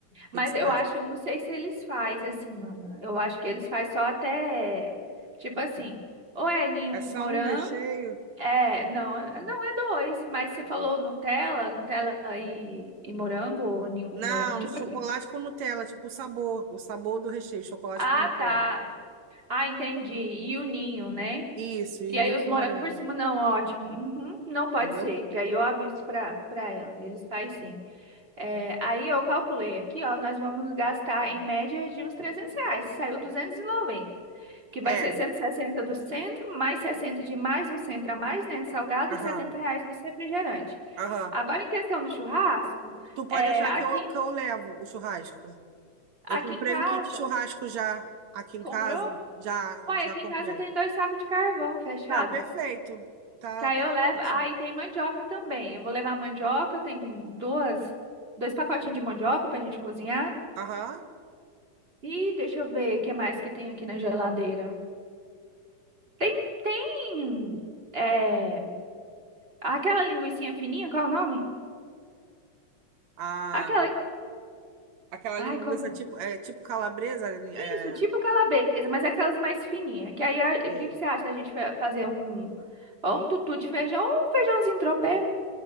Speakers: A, on the right (about 20°); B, on the right (about 65°).
A: Mas
B: que que você
A: eu
B: acha?
A: acho, eu não sei se eles fazem assim, mana. Eu acho que eles fazem só até, tipo assim, ou é ninho
B: É
A: com
B: só
A: morango,
B: um recheio?
A: é, não, é- não é dois, mas você falou Nutella, Nutella e, e morango, ou ninho
B: Não,
A: com morango, tipo
B: chocolate
A: assim.
B: com Nutella, tipo o sabor, o sabor do recheio, chocolate
A: Ah,
B: com Nutella.
A: tá. Ah, entendi. E o ninho, né?
B: Isso, e
A: E
B: ninho
A: aí os
B: com
A: morangos
B: morango.
A: por cima, não, ótimo. Uhum, não pode
B: Entendeu?
A: ser, que aí eu aviso pra, pra ela. Eles fazem sim. É, aí eu calculei aqui, ó, nós vamos gastar em média de uns 300 reais. Saiu 290, que vai
B: É,
A: ser 160 do centro, mais 60 de mais um centro a mais, né, de salgado,
B: aham,
A: e 70 reais do refrigerante.
B: aham.
A: Agora, em questão do churrasco,
B: Tu pode
A: é,
B: achar
A: aqui,
B: que eu, que eu levo o churrasco. Eu
A: aqui
B: comprei
A: em casa,
B: um kit churrasco já aqui em
A: comprou?
B: casa. Já,
A: Uai,
B: já
A: aqui
B: comprei.
A: em casa tem dois sacos de carvão fechado.
B: Ah, perfeito. Tá,
A: Que aí
B: tá
A: eu levo.
B: ótimo.
A: Ah, e tem mandioca também. Eu vou levar mandioca, tem duas, dois pacotinhos de mandioca pra gente cozinhar.
B: Aham.
A: E deixa eu ver o que mais que tem aqui na geladeira. Tem, tem é, aquela linguicinha fininha, qual é o nome?
B: Ah,
A: Aquela,
B: aquela
A: ai,
B: linguiça
A: qual...
B: tipo, é, tipo calabresa. É,
A: Isso, tipo
B: é,
A: calabresa, mas é aquelas mais fininhas. Que aí,
B: sei.
A: o que que você acha da gente fa- fazer um, ou um tutu de feijão, ou um feijãozinho tropeiro?